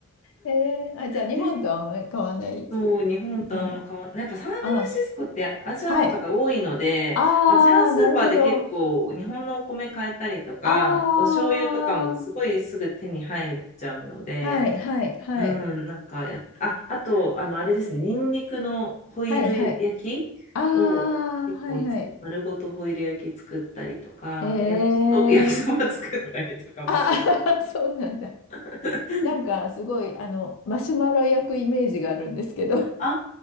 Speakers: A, on the left; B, on the left.
A: ええ、あ、じゃあ日本とあんまり変わらないです。
B: ねそう、日本とあんま変わんない。
A: うん。
B: やっぱサンフランシスコってアジアの方多いので、
A: あ、はい。ああ、
B: アジアンスーパーで結構日本のお米買えたりとか、
A: なるほど。ああ、
B: お醤油とかもすごいすぐ手に入っちゃうので、
A: はいはいはい。
B: うん、なんかやっ、あ、あと、あの、あれですね、ニンニクのホイル焼きを結構つく、
A: はいはい。ああ、はいはい。
B: 丸ごとホイル焼き作ったりとか、
A: ええ
B: 焼きそ、<laughs> 焼きそば作ったりとかもします。
A: ああー、<laughs> そうなんだ。
B: <laughs>
A: なんかすごい、あの、マシュマロ焼くイメージがあるんですけど、
B: あ